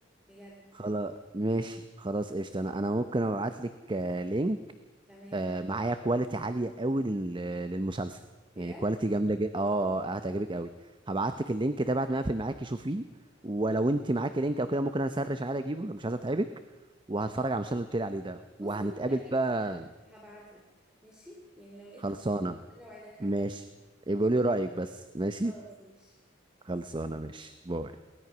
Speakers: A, in the centre; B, on the right.
A: بجد
B: خلاص ماشي خلاص قشطة انا انا ممكن ابعت لك آه، لينك
A: تمام
B: آه، معايا كواليتي عالية قوي لل- للمسلسل
A: بجد
B: يعني كواليتي جامدة جدا اه آه، آه، هتعجبك قوي هبعت لك اللينك ده بعد ما اقفل معاكي شوفيه ولو انت معاكي لينك او كده ممكن انا اسرش عادي اجيبه لو مش عايز اتعبك وهتفرج
A: تمام
B: على المسلسل اللي قلت لي عليه ده
A: بص
B: وهنتقابل
A: لو لقيت
B: بقى
A: هبعت لك ماشي يعني لو لقيته
B: خلصانة
A: هبعت لك، قادرة اوعدك
B: ماشي
A: قوي
B: يبقى لي رأيك بس ماشي
A: خلاص ماشي
B: خلصانة ماشي باي